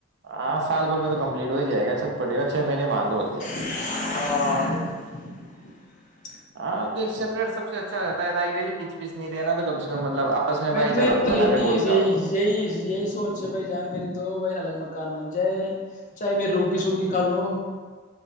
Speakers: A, on the right (about 55°); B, on the left (about 35°).
A: ہاں سال بھر میں تو کمپلیٹ ہو ہی جائے گا چت پڑے گا چھ مہینے مان لو اور کیا ہے
B: اور
A: ہاں دیکھ سیپریٹ سب چیز اچھا رہتا ہے ڈیلی کچ پچ نہیں رہے نا تو کم سے کم مطلب آپس
B: میں
A: بھائی
B: تمہیں
A: چارہ تو بنا
B: یہی
A: رہے
B: یہ
A: بول چال تو
B: یہی یہی سوچ بھائی جان میری تو بھائی الگ مک منجے چاہے میں روح کی سوکھی کھا لو